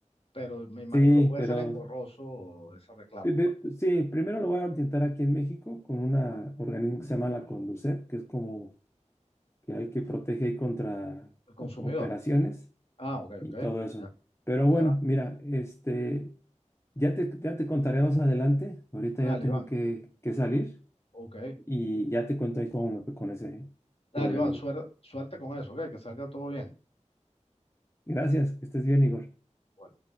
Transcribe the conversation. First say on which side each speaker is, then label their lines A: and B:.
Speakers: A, on the left (about 50°); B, on the left (about 20°).
A: Pero me imagino
B: sí,
A: que puede
B: pero
A: ser engorroso ese reclamo,
B: Pe- pe-
A: pues,
B: Sí, primero lo voy a intentar aquí en México con un
A: Ah,
B: organismo que se llama la Conducef, que es como que al que protege ahí contra
A: el consumidor.
B: o- operaciones
A: Ah, ok,
B: y
A: ok,
B: todo eso.
A: ya,
B: Pero
A: ya,
B: bueno, mira, este, ya te, ya te contaré más adelante. Ahorita
A: dale,
B: ya tengo
A: Iván,
B: que, que salir
A: ok.
B: y ya te cuento ahí cómo me fue con ese
A: Dale,
B: problemilla.
A: Iván, suer- suerte con eso, ¿ok? Que salga todo bien.
B: Gracias, que estés bien, Igor.
A: Bueno.